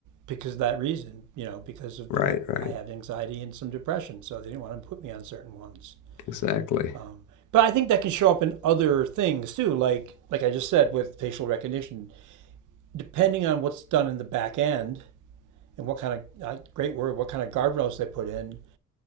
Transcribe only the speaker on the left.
Right,
right.
Exactly.